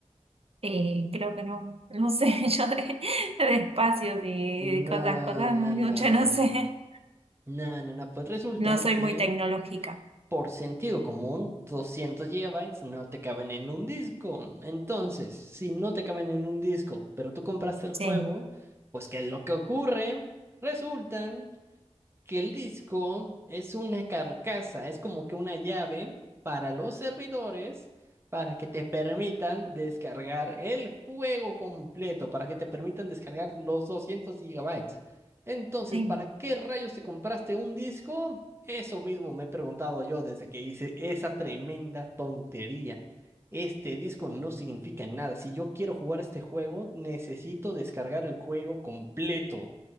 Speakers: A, on the right; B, on the right.
A: y creo que no, no sé, <laughs> yo de, de espacios y
B: No,
A: cosas, cosas,
B: no,
A: mucho
B: no.
A: no sé,
B: No, no, no. Pues resulta
A: no soy
B: que
A: muy tecnológica.
B: por sentido común, 200 gigabytes no te caben en un disco. Entonces, si no te caben en un disco, pero tú compraste el
A: Sí,
B: juego, pues ¿qué es lo que ocurre? Resulta que el disco es una carcasa, es como que una llave para los servidores, para que te permitan descargar el juego completo, para que te permitan descargar los 200 gigabytes. Entonces,
A: sí.
B: ¿para qué rayos te compraste un disco? Eso mismo me he preguntado yo desde que hice esa tremenda tontería. Este disco no significa nada. Si yo quiero jugar este juego, necesito descargar el juego completo.